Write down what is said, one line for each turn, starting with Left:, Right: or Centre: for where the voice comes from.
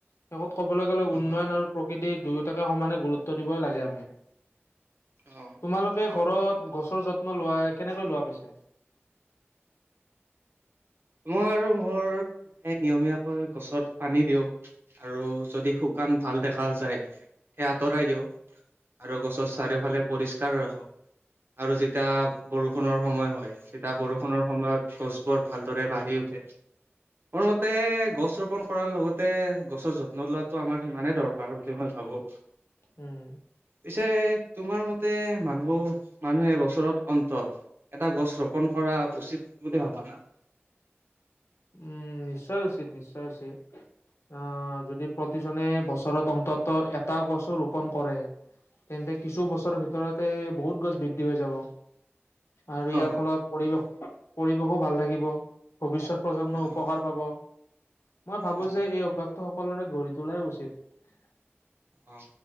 Left: শেষত ক'বলৈ গ'লে
Right: অ
Left: উন্নয়ন আৰু প্ৰকৃতিৰ দুয়োটাকে সমানে গুৰুত্ব দিবই লাগে আমি।
Right: অ
Left: তোমালোকে ঘৰত গছৰ যত্ন লোৱা কেনেকৈ লোৱা পিছে?
Right: মই আৰু মোৰ মায়ে নিয়মীয়াকৈ গছত পানী দিওঁ আৰু যদি শুকান ভাল দেখা যায় সেই আঁতৰাই দিওঁ। আৰু গছৰ চাৰিওফালে পৰিষ্কাৰ ৰাখো। আৰু যেতিয়া বৰষুণৰ সময় হয় তেতিয়া বৰষুণৰ সময়ত গছ বৰ ভালদৰে বাঢ়ি উঠে মোৰ মতে গছ ৰোপন কৰাৰ লগতে গছৰ যত্ন লোৱাটো আমাৰ সিমানে দৰকাৰ বুলি মই ভাবো। হব।
Left: হম।
Right: পিছে তোমাৰ মতে মানুহ মানুহে বছৰত অন্তত এটা গছ ৰোপন কৰা উচিত বুলি ভবানা?
Left: উম নিশ্চয় উচিত নিশ্চয় উচিত। আহ যদি প্ৰতিজনে বছৰত অন্তত এটা গছো ৰোপন কৰে তেন্তে কিছু বছৰৰ ভিতৰতে বহুত গছ বৃদ্ধি হৈ যাব। আৰু ইয়াৰ
Right: অ',
Left: ফলত পৰিৱেশ পৰিৱেশো ভাল লাগিব। ভৱিষ্যত প্ৰজন্মই
Right: অ',
Left: উপকাৰ পাব। মই ভাবোঁ
Right: উম,
Left: যে এই অভ্যাসটো সকলোৰে গঢ়ি তোলাই উচিত।
Right: অ।